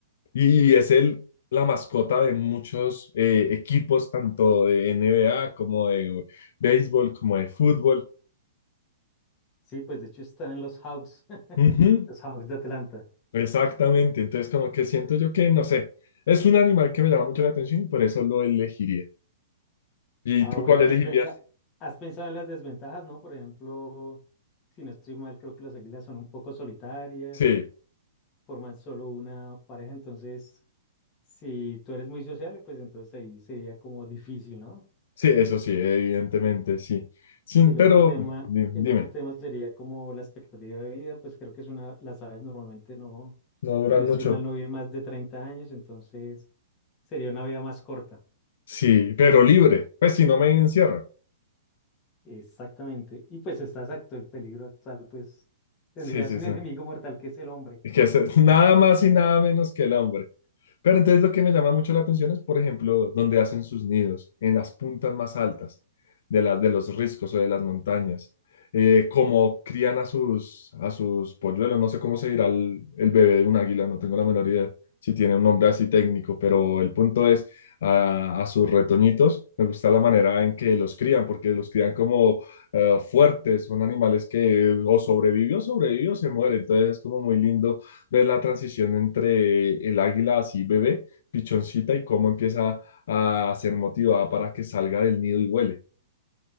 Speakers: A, on the left (about 55°); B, on the left (about 20°).
A: Y es el, la mascota de muchos eh, equipos, tanto de NBA como de béisbol, como de fútbol.
B: Sí, pues de hecho está en los Hawks, <laughs>
A: Ujú,
B: los Hawks de Atlanta.
A: exactamente. Entonces, como que siento yo que, no sé, es un animal que me llama mucho la atención y por eso lo elegiría. ¿Y
B: Ah,
A: tú
B: bueno,
A: cuál elegirías?
B: ¿y has pensado, has pensado en las desventajas, ¿no? Por ejemplo, si no estoy mal, creo que las águilas son un poco solitarias,
A: Sí,
B: forman solo una pareja, entonces si tú eres muy sociable, pues entonces ahí sería como difícil, ¿no?
A: sí, eso sí, evidentemente, sí. Sí,
B: El
A: pero
B: otro tema,
A: di-
B: el
A: dime,
B: otro tema sería como la expectativa de vida, pues creo que es una, las aves normalmente no,
A: no duran
B: si no estoy
A: mucho.
B: mal, no viven más de 30 años, entonces sería una vida más corta.
A: Sí, pero libre, pues si no me encierran.
B: Exactamente. Y pues está exacto, el peligro actual, pues tendrías
A: Sí, sí,
B: un
A: sí.
B: <laughs> enemigo mortal que es el hombre.
A: Es que es es nada más y nada menos que el hambre. Pero entonces lo que me llama mucho la atención es, por ejemplo, donde hacen sus nidos, en las puntas más altas de las de los riscos o de las montañas. Eh, cómo crían a sus, a sus polluelos, no sé cómo se dirá el, el bebé de un águila, no tengo la menor idea si tiene un nombre así técnico, pero el punto es a, a sus retoñitos, me gusta la manera en que los crían, porque los crían como eh, fuertes, son animales que o sobrevivió, sobrevivió, se muere, entonces es como muy lindo ver la transición entre el águila así bebé, pichoncita, y cómo empieza a ser motivada para que salga del nido y huele.